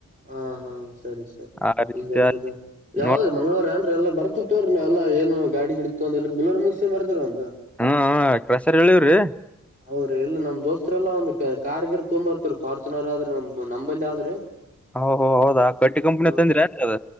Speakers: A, on the right; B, in the centre.
A: ಹ ಹಾ ಸರಿ ಸರಿ
B: ಆ ರೀತಿ
A: ಈಗಏನ್ರದು ಯಾವ್ದ್ರೀ
B: ನೋಡ್
A: ಮಂಗ್ಗಳವಾರ ಏನ್ೀ ಎಲ್ಲ ಬರ್ತ ಇ ಅಲ್ಲ ಏನು ಗಾಡಿಿಡತ ಅ ಎ ಬಿಲರ್ರು ಮುಗಿಸಿ ಮರ್ತಾರ ಒಂದು
B: ಹಾ ಕಸರ್ ಹೇಳಿವವ್ರಿ
A: ಹೌದ್ರಿ ಇಲ್ಲಿ ನಮ್ ದೋಸ್ತರೆ ಎಲ್ಲಾ ಒಂದ ಕಾರ್ಗಿರ್ ತುಂಬ ಇರ್ತ್ರ ಫಾರ್ಚುನರ್ ಆದ್ರೆ ನಮ ನಂಬಲ್ಲಿ ಆದ್ರಿ
B: ಹೋ ಹೌದಾ ಕಟ್ಟಿ ಕಂಪನಿ
A: ಹ
B: ತಂದ್ರಿ ಅದ